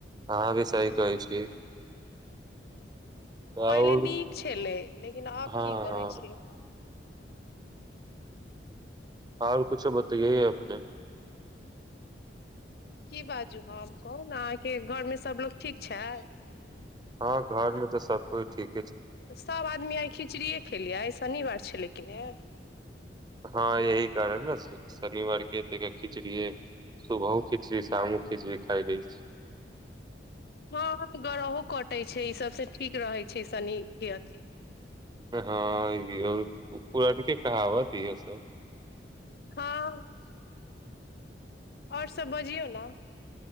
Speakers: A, on the right; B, on the left.
A: आ भी सही कहै छी आओर
B: पहिले नीक छलै लेकिन आब
A: हँ
B: की कहैत
A: हँ
B: छै
A: हर कुछो बतइये अपने
B: की बाजू हम कहू ने अहाँके घरमे सभलोग ठीक छै
A: हँ घर मे तऽ सब कोइ ठीक
B: तऽ सभ आदमी आइ खिचड़ीे खेलियै आइ शनिवार छलै कि ने
A: हँ यह कारण ने शनिवार के त खिचड़ीे सुबहो खिचड़ी शामो खिचड़ी खााय लै छी
B: हँ हँ ग्रहो कटै छै ई सभसँ ठीक रहै छै शनि के अथि
A: हँ ई भी होल पुरनके कहावत इहो सब
B: हँ आओर सभ बजियौ ने